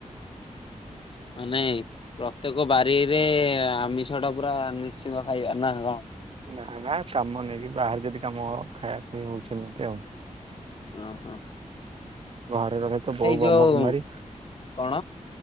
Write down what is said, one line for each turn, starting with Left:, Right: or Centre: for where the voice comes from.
Left: <inaudible> ମାନେ ପ୍ରତ୍ୟେକ ବାରିରେ ଆମିଷ ଟା ପୁରା ନିଶ୍ଚିନ୍ତ ଖାଇବା ନା କଣ।
Right: ନା ନା କାମ ନେଇକି ବାହାରେ ଯଦି କାମ ଖାଇବା ପିଇ ହଉଛି ଏମିତି ଆଉ।
Left: ଓ ହୋ।
Right: ଘରେ ରହିଲେ ତ ବୋଉ ବ୍ରହ୍ମକୁମାରୀ
Left: ଯୋଉ କଣ